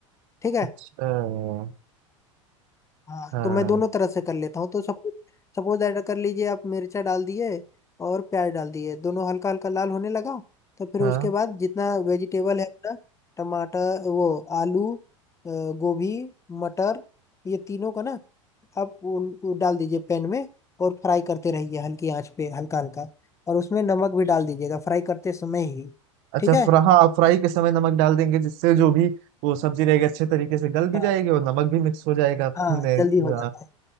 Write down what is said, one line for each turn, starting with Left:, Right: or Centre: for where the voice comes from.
Left: ठीक है
Right: अच्छा
Left: हाँ
Right: हाँ
Left: तो मैं दोनों तरह से कर लेता हूँ तो सब सपोज ऐड कर लीजिए आप मिर्चा डाल दिए और प्याज डाल दिए दोनों हल्का हल्का लाल होने लगा तो फिर
Right: हाँ
Left: उसके बाद जितना वेजिटेबल है अपना टमाटर वो आलू अ, गोभी मटर ये तीनों का ना आप उन, वो डाल दीजिए पैन में और फ्राई करते रहिए हल्की आंच पे हल्का हल्का और उसमें नमक भी डाल दीजिएगा फ्राई करते समय ही
Right: अच्छा
Left: ठीक है
Right: फ्रा, हाँ फ्राई के समय नमक डाल देंगे जिससे जो भी वो सब्जी रहेगी अच्छे तरीके से गल भी
Left: हाँ
Right: जाएगी और नमक भी मिक्स हो जाएगा अपने
Left: हाँ जल्दी हो जाता
Right: हाँ
Left: है